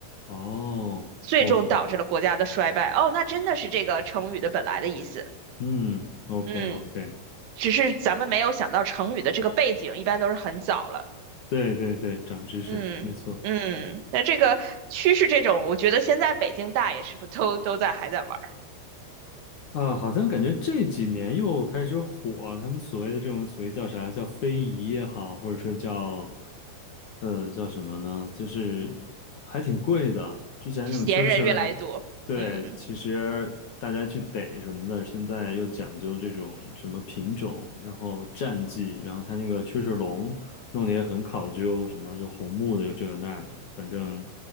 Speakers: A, on the left (about 55°); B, on the right (about 80°).
A: 哦，OK，
B: 最终导致了国家的衰败。哦，那真的是这个成语的本来的意思。
A: 嗯，OK
B: 嗯，
A: OK，
B: 只是咱们没有想到成语的这个背景，一般都是很早了。
A: 对对对，长知识，
B: 嗯嗯，
A: 没错。
B: 那这个趋势这种，我觉得现在北京大爷是不是都都在还在玩儿？
A: 啊，好像感觉这几年又开始火，他们所谓的这种所谓叫啥，叫非遗也好，或者说叫，呃，叫什么呢？就是还挺贵的。之前那种蛐蛐，
B: 闲人越来越多。
A: 对，
B: 嗯，
A: 其实大家去逮什么的，现在又讲究这种什么品种，然后战绩，然后它那个蛐蛐笼弄得也很考究，什么又红木的，又这个那的，反正